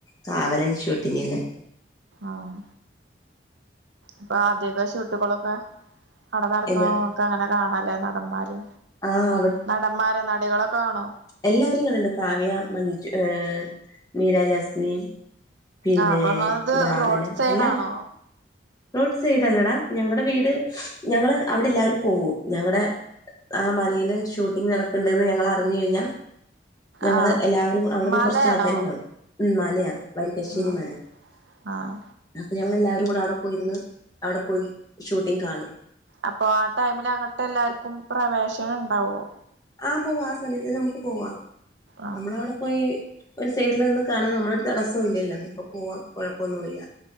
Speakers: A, on the left (about 20°); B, on the right (about 75°).
A: കാവലൻ ഷൂട്ടിങ്ങില്
B: ആഹ് ഇപ്പൊ ആദ്യൊക്കെ ഷുട്ടുകളൊക്കെ അവിടെ നടക്കണു
A: എന്താ
B: ഒക്കെ അങ്ങനെ കാണല്ലേ നടന്മാര്
A: ആഹ്
B: നടന്മാരെ നടികളൊക്കെ കാണോ
A: എല്ലാവരെയും കണ്ട്ണ്ട് കാവ്യ മഞ്ജു മീരാ ജാസ്മിന് പിന്നെ
B: ആഹ് അപ്പൊ നിങ്ങളത്
A: ഭാവന
B: റോഡ് സൈഡ്
A: എല്ലാവരും
B: ആണോ
A: റോഡ് സൈഡല്ലേടാ ഞങ്ങടെ വീട് ഞങ്ങള് അവിടെ എല്ലാവരും പോകും ഞങ്ങടെ ആ മനയില് ഷൂട്ടിംഗ് നടക്കുന്നുണ്ടന്ന് ഞങ്ങൾ അറിഞ്ഞു കഴിഞ്ഞാൽ ഞങ്ങള്
B: ആഹ്
A: എല്ലാവരും അവിടുന്ന്
B: മലയാണോ
A: കുറച്ച് ആൾക്കാരുണ്ടാവും ഉം മനയാ വരിക്കശ്ശിരിമന
B: ആഹ് ആഹ്
A: അപ്പൊ ഞങ്ങളെല്ലാവരും കൂടെ അവിടെ പോയിരുന്ന് അവിടെ പോയി ഷൂട്ടിങ് കാണും
B: അപ്പൊ ആ ടൈമില് അങ്ങോട്ട് എല്ലാർക്കും പ്രവേശനം ഉണ്ടാവുമോ
A: ആഹ് പോവാ ആ സമയത്ത് നമുക്ക് പോവാം
B: ആഹ്
A: നമ്മളവിടെ പോയി ഒരു സൈഡിൽ നിന്നും കാണുന്ന നമ്മളൊരു തടസ്സം ഇല്ലല്ലോ അപ്പൊ പോവാൻ കുഴപ്പമൊന്നുല്ല